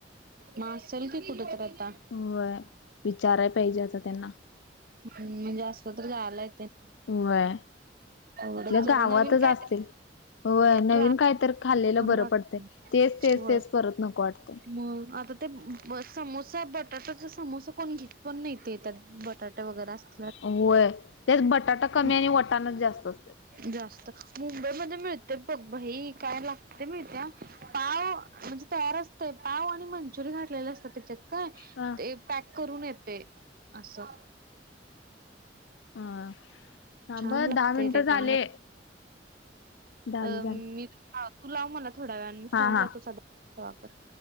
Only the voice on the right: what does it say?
मा सलतीी कतात
ह म्हणजे असपत्र जायलाय
तेवढंच
जरा
नवीन काहीतरी
ट्राय
छान
वाटत
होय
मग आता ते समोसा बटाट्याचा समोसा कोण घेत पण नाही ते त्यात बटाट्या वगैरे आसत्याय
हम्म,
जास्त मुंबईमध्ये मिळतय बघ भाई काय लागतय माहीताय पाव म्हणजे तयार आसतय असते पाव आणि मंचुरी घातलेले असतात त्याच्यात काय
ते पॅक करून येते असं
छान लागतय
ते
पण म
अ
मी तू लाव मला थोड्या वेळ मी फोन
लावतो साध्या कर